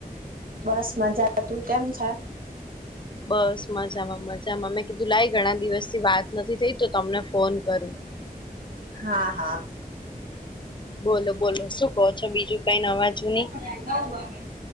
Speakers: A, on the right; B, on the left.
A: બસ મજા, તું કેમ છે?
B: બસ મજામાં- મજામાં મેં કીધું લાઈ ઘણા દિવસ થી વાત નથી થઈ તો તમને ફોન કરું.
A: હા! હા!
B: બોલો! બોલો! શું કહો છો, બીજું કઈ નવા જૂની.
A: <unintelligible> નવ વાગે